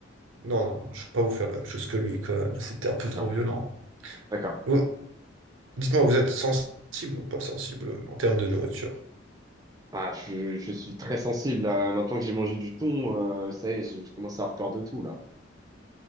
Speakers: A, on the right; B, on the right.
A: Non, non, non, je ne vais pas vous faire la même chose que lui, quoi. Là, C'était un peu
B: D'accord,
A: trop violent.
B: d'accord.
A: Vous- dites-moi, vous êtes sensible ou pas sensible en termes de nourriture?
B: Ah, je, je suis très sensible, là. Maintenant que j'ai mangé du thon, euh, ça y est, je, je commence à avoir peur de tout, là.